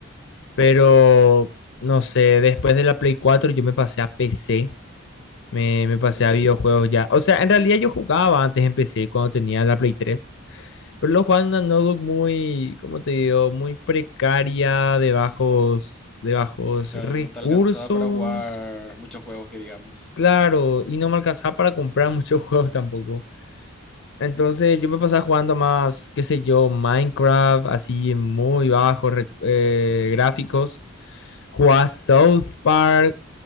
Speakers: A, on the left; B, in the centre.
A: Pero, no sé, después de la Play 4 yo me pasé a PC Me, me pasé
B: Sí, sí.
A: a videojuegos ya. O sea, en realidad yo jugaba antes, empecé cuando tenía la Play tres Pero lo jugaba en una notebook muy, ¿cómo te digo? Muy precaria, de bajos, de bajos
B: Claro,
A: recursos.
B: no te alcanzaba para jugar muchos juegos que digamos.
A: Claro, y no me alcanzaba para comprar muchos <laughs> juegos tampoco. Entonces yo me pasaba jugando más, qué sé yo, Minecraft, así en muy bajos rec- eh, gráficos. Jugaba South Park,